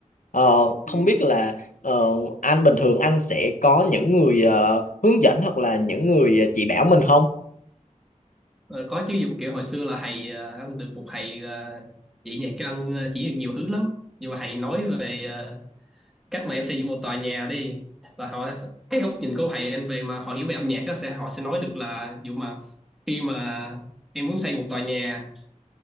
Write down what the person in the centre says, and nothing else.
Ừ.
Ờ, có chứ giống kiểu hồi xưa là thầy ờ, anh được một thầy là chỉ nhạc cho anh ờ, chỉ được nhiều thứ lắm nhưng mà thầy nói về ờ, cách mà em xây dựng một tòa nhà đi là họ cái góc nhìn của thầy anh về mà họ hiểu về âm nhạc đó sẽ họ sẽ nói được là ví dụ mà khi mà em muốn xây một tòa nhà